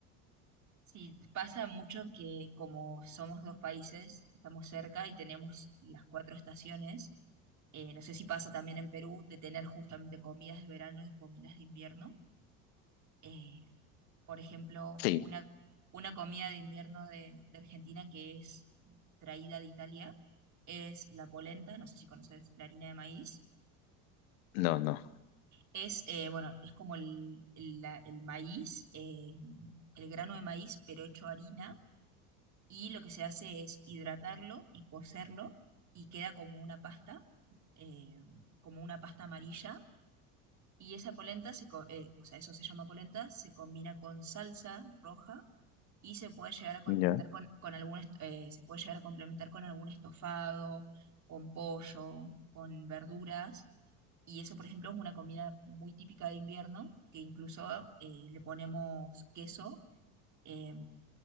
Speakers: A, on the right; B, on the left.
A: Sí, pasa mucho que como somos dos países, estamos cerca y tenemos las cuatro estaciones, eh, no sé si pasa también en Perú de tener justamente comidas de verano y comidas de invierno. Eh, por ejemplo,
B: Sí,
A: una, una comida de invierno de, de Argentina que es traída de Italia es la polenta, no sé si conoces la harina de maíz.
B: no, no,
A: Es, eh, bueno, es como el, el- la- el maíz, eh, el grano de maíz, pero hecho harina y lo que se hace es hidratarlo y cocerlo y queda como una pasta, eh, como una pasta amarilla. Y esa polenta, se, co- eh, o sea, eso se llama polenta, se combina con salsa roja y se puede llegar a condimentar
B: ya,
A: con, con algún, est- eh, se puede llegar a complementar con algún estofado, con pollo, con verduras. Y eso, por ejemplo, es una comida muy típica de invierno, que incluso eh, le ponemos queso eh,